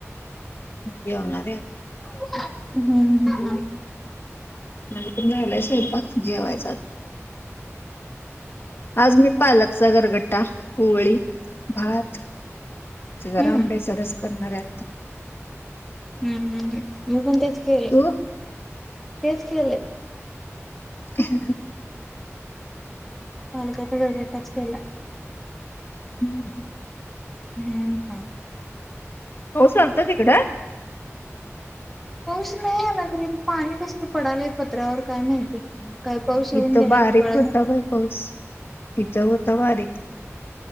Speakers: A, on the left; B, in the centre.
A: जेवणार आहे.
B: हम्म हम्म हम्
A: म्हझे पण झायलाय स्वयंपाक जेवायचा आज मी पालकचा गरगट्टा पोळी भात जरा
B: हम्म
A: आंब्याचा रस करणारे.
B: हम्म हम्म हम मी पण ते खेळ
A: तू
B: तेच केलंय.
A: <inaudible>
B: पालकाचा गर्ग तेच केलाय.
A: <inaudible>
B: हम्म ह.
A: हो चालत तिकडं,
B: पाऊस नाही आला खरं इथं पाणी कसं काय पडायला पत्र्यावर काय माहिती. काय पाऊस येऊन
A: इथं
B: गेलाय
A: बारीक
B: काय कळना
A: होता. बाई पाऊस इथ हो ता बारीक.